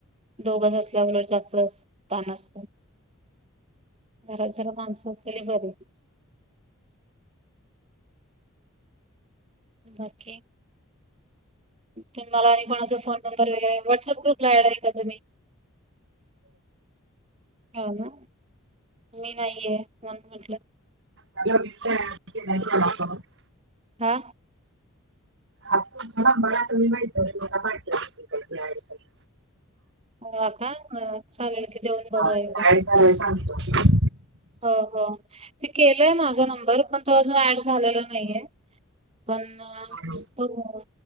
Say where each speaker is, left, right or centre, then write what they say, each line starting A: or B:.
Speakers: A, on the right; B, on the right.
A: दोघच असल्यावर उलट जास्तच ताण असतो. घरात जरा माणसं असलेले बरे. बाकी, तुम्हाला आणि कोणाचा फोन नंबर वैगरे... व्हॉट्सअँप ग्रुपला ॲड आहे का तुम्ही? हो ना. मी नाहीये म्हणून म्हटलं.
B: <unintelligible>
A: हा
B: <unintelligible>
A: हो का चालेल की देऊन बघा
B: हा काही
A: एकदा.
B: कराया सांगतो.
A: हो हो.. ते केलंय माझा नंबर पण तो अजून ॲड झालेला नाहीेये. पण
B: हॅलो
A: हो हो